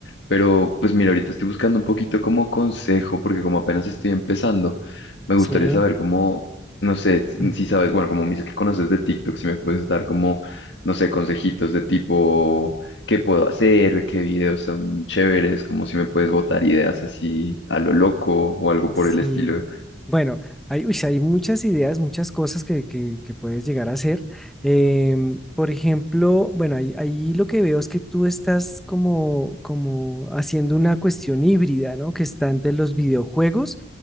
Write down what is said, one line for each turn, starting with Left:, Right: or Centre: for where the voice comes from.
Left: Pero pues mira, ahorita estoy buscando un poquito como consejo, porque como apenas estoy empezando, me
Centre: sí.
Left: gustaría saber cómo, no sé, si
Centre: <clears throat>
Left: si sabes, bueno, como me dices que conoces de TikTok, si me puedes dar como, no sé, consejitos de tipo qué puedo hacer, qué videos son chéveres, como si me puedes botar ideas así a lo loco o algo
Centre: Sí,
Left: por el estilo.
Centre: bueno, hay, uy, sí, hay muchas ideas, muchas cosas que, que- que puedes llegar a hacer. Em, por ejemplo, bueno, ahí, ahí lo que veo es que tú estás como, como haciendo una cuestión híbrida, ¿no? Que está entre los videojuegos